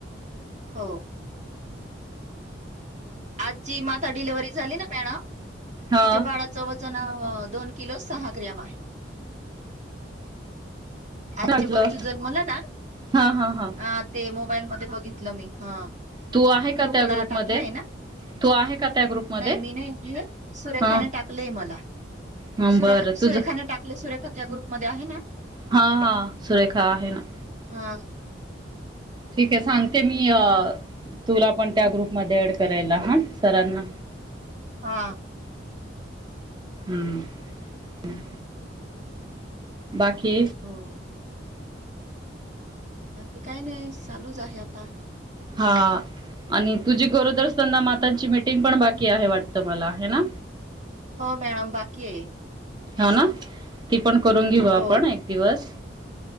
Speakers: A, on the right (about 40°); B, on the right (about 25°).
A: हो आज जी माता डिलिव्हरी झाली ना मॅण तिच्या
B: हा
A: बाळाच वचन नाव. अ दोन किलो सहा ग्रॅम आहे. आज
B: म्हटलं
A: चे बच्चू जन्मला ना
B: हा हा हा
A: आ ते मोबाईल मध्ये बघितलं मी ह.
B: तू आहे का
A: ग्रुपला
B: त्या ग्रुपमध्ये
A: टाकलंय ना,
B: तू आहे का त्या ग्रुपमध्ये
A: नाही मी नाही सुरेखान
B: हा
A: टाकलेय मला
B: हा
A: सुरात
B: बरं तुझं
A: सुरेखाने टाकले सुरेखा त्या ग्रुपमध्ये आहे ना
B: ह ह सुरेखा आहे ना,
A: हा
B: ठीक आहे सांगते मी. य तुला पण. त्या ग्रुप म ऍड करायला हा सरांना.
A: हा.
B: हम्म. हम्. बाकी.
A: हो बाकी काही नाही चालूच आहे आता.
B: हा आणि तुझी गरोदर असना मातांची मीटिंग पण बाकी आहे वाटत मला हे ना.
A: हो मॅडम बाकीय हाय.
B: हो ना ती. पण करून घेऊ आपण
A: हो
B: एक दिवस.